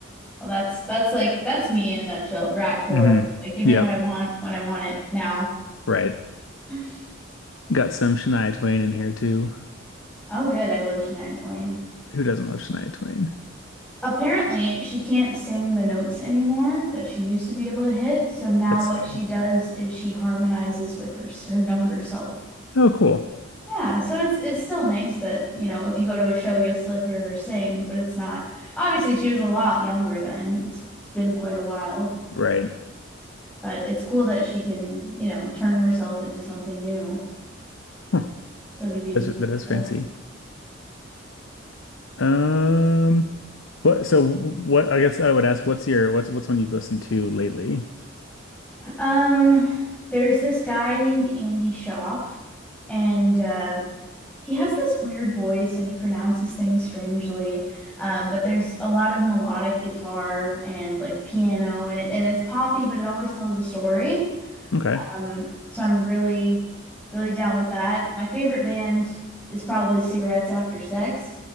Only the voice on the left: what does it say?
hmm
Yep,
right.
Got some Shania Twain in here too.
Who doesn't love Shania Twain?
That's
sad.
Oh, cool.
Right.
Huh.
That's, that is
fancy. Um, what? So what? I guess I would ask, what's your what's what's one you've listened to lately?
Okay.